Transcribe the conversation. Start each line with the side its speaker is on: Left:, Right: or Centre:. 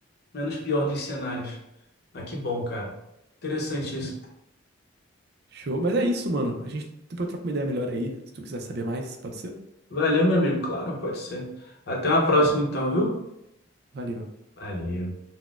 Left: Menos pior dos cenários. Ah, que bom, cara. Interessante isso.
Right: É. Show. Mas é isso, mano. A gente depois troca uma ideia melhor aí. Se tu quiser saber mais, pode ser?
Left: Valeu, meu amigo. Claro, pode ser. Até uma
Right: Show.
Left: próxima, então, viu?
Right: Valeu.
Left: Valeu.